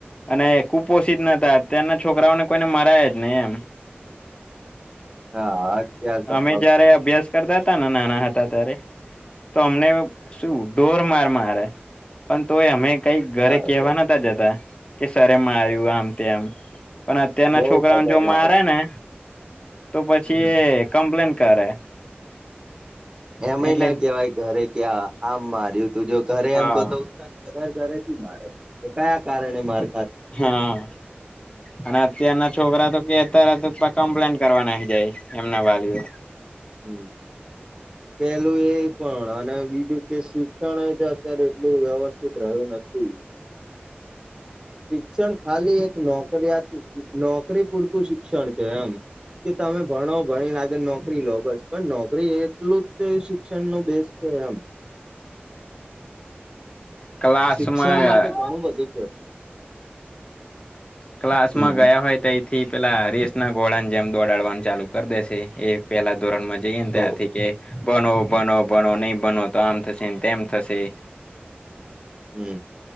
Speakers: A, on the left; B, on the right.
A: અને કુપોષિત નતા અત્યારના છોકરાઓને કોઈને મરાયા જ નહી એમ
B: હાાત્યાાર
A: મે જયારે અભ્યાસ કરતા હતા નાના હતા ત્યારે તો અમને શું ઢોર માર મારે પણ તોય અમે કઈક
B: નહી
A: ઘરે કેવા નતા જતા કે સર માર્યું આમ તે આમ પણ અત્યારના
B: બઉ
A: છોકરાઓને
B: ખતરનાક
A: જો મારે ને તો પછી
B: હમ
A: કમપ્લે કરે
B: એમય
A: એટલે
B: ના કેવાય ઘરે કે આમમાં તું જો ઘરે
A: હા
B: એમ કોહ તો ઉત્સાહ વધારે ઘરે થી મારે એ કયા કારણે માર્
A: હા અને અત્યારના છોકરા તો કેતા કમ્પ્લેન કરવા ના જાય એમના વાલીઓ
B: હમ પેલું એ પણ અને બીજું કે શિક્ષણ એ અત્યારે એટલું વ્યવસ્થિત રહ્યું નથી શિક્ષણ ખાલી એક નોકરીિયાત નોકરી પૂરતું શષણ છે એમ કે તમે ભણો ભણી નાખે નોકરી લો બસ પણ નોકરી એટલું જ શિક્ષણ ન બેસ છે એમ
A: ક્લાસમાં
B: શિક્ષણ માટે ઘણું બધું છે
A: ક્લાસ
B: હમ
A: માં ગયા હોય તો થી પેલા રેસ ના ઘોળ જેમ દોડાડવાનું ચાલુ કરી દેશે એ પેલા ધોરણ માં જઈ ને
B: હોવ
A: ત્યારથી કે ભનો બનો ભણ નહી બનો તો આમ થશે તેમ થશે
B: હમ